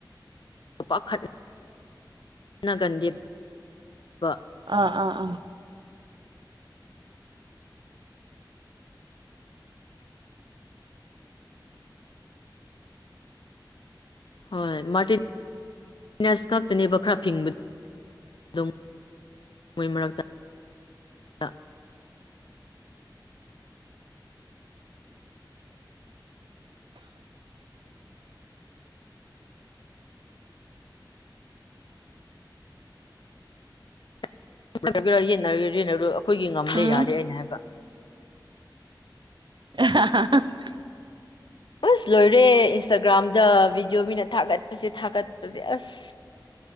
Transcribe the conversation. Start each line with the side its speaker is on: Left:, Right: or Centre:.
Left: <unintelligible>
Right: ꯑꯥ ꯑꯥ ꯑꯥ
Left: <unintelligible> <unintelligible> <unintelligible>
Right: ꯎꯝ <unintelligible>
Left: ꯑꯁ ꯂꯣꯏꯔꯦ ꯏꯟꯁꯇꯥꯒ꯭ꯔꯥꯝꯗ ꯚꯤꯗꯤꯑꯣ ꯃꯤꯅ ꯊꯥꯒꯠꯄꯁꯦ ꯊꯥꯒꯠꯄꯁꯦ ꯑꯁ